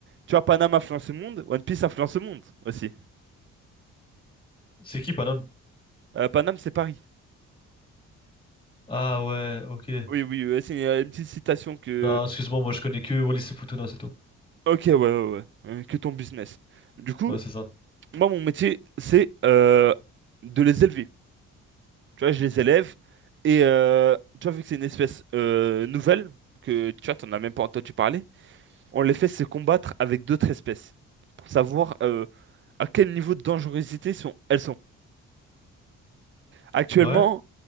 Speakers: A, on the right (about 40°); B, on the left (about 15°).
A: tu vois, Paname influence le monde, One Piece influence le monde aussi.
B: C'est qui, Panam?
A: Euh, Paname, c'est Paris.
B: Ah ouais, ok.
A: Oui, oui, euh, c'est euh, une petite citation que.
B: Non, excuse-moi, moi je connais que Wallis et Futuna, c'est tout.
A: Ok, ouais, ouais, ouais. euh, Que ton business. Du coup,
B: Ouais, c'est ça.
A: moi, mon métier, c'est euh, de les élever. Tu vois, je les élève. Et euh, tu vois, vu que c'est une espèce euh, nouvelle, que tu vois, t'en as même pas entendu parler. on les fait se combattre avec d'autres espèces pour savoir euh, à quel niveau de dangerosité sont, elles sont. Actuellement,
B: Ouais.